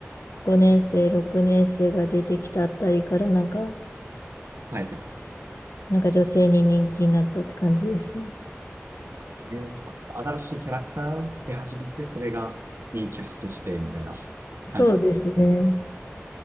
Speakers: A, on the left (about 75°); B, on the right (about 60°).
A: 5年生、6年生が出てきたあたりからなんか、
B: はい。
A: なんか女性に人気になったって感じですね。
B: で新しいキャラクターを出始めて、それが人気を博して、みたいな
A: そうですね。
B: 感じだったですね。